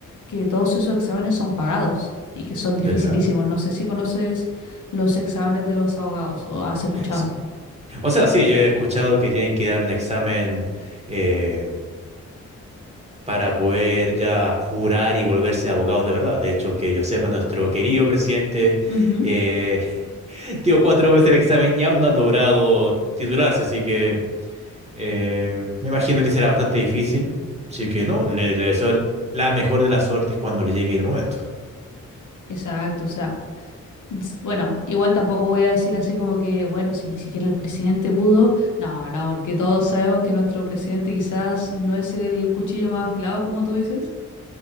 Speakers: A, on the left; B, on the right.
A: que todos esos exámenes son pagados y que son dificilísimos.
B: ya, ya.
A: No sé si conoces los exámenes de los abogados o has escuchado.
B: S- O sea, sí, yo he escuchado que tienen que dar un examen eh, para poder ya jurar y volverse abogados de verdad. De hecho, que yo sepa, nuestro querido presidente
A: Ujú.
B: eh, <laughs> dio cuatro veces el examen y aún no ha logrado titularse, así que eh, me imagino que será bastante difícil. Así que no, le, le deseo el- la mejor de las suertes cuando le llegue el momento.
A: Exacto, o sea, s- bueno, igual tampoco voy a decir así como que, bueno, si ni siquiera el presidente pudo, no, no, porque todos sabemos que nuestro presidente quizás no es el cuchillo más afilado, como tú dices.